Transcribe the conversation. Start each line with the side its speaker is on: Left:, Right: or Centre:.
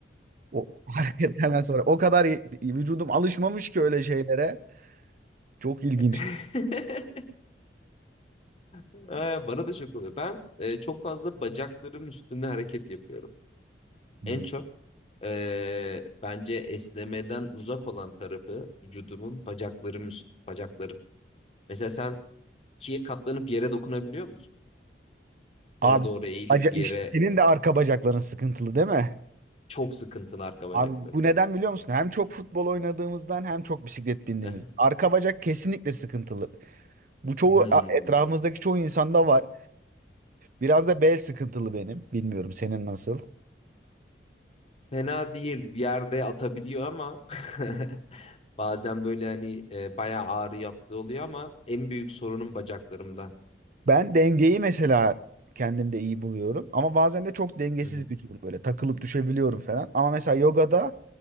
Right: O <laughs> hareketlerden sonra o kadar y- vücudum alışmamış ki öyle şeylere. Çok ilginçti.
Left: <laughs> Ee, bana da şok oluyor. Ben e, çok fazla bacaklarım üstünde hareket yapıyorum.
Right: Hmm.
Left: En çok eee, bence esnemeden uzak olan tarafı vücudumun bacaklarım üst, bacaklarım. Mesela sen ikiye katlanıp yere dokunabiliyor musun?
Right: Abi
Left: Böyle doğru eğilip
Right: aca işte
Left: yere
Right: senin de arka bacakların sıkıntılı değil mi?
Left: çok sıkıntılı arka bacaklarım.
Right: Abi bu neden biliyor musun? Hem çok futbol oynadığımızdan hem çok bisiklet bindiğimiz.
Left: Hı hı.
Right: Arka bacak kesinlikle sıkıntılı. Bu çoğu
Left: Hmm.
Right: a- etrafımızdaki çoğu insanda var. Biraz da bel sıkıntılı benim. Bilmiyorum senin nasıl.
Left: Fena değil bir yerde atabiliyor ama <laughs> bazen böyle hani e, bayağı ağrı yaptığı oluyor ama en büyük sorunum bacaklarımda.
Right: Ben dengeyi mesela kendimde iyi buluyorum. Ama bazen de çok dengesiz
Left: Hı hı.
Right: vücudum böyle. Takılıp düşebiliyorum falan. Ama mesela yogada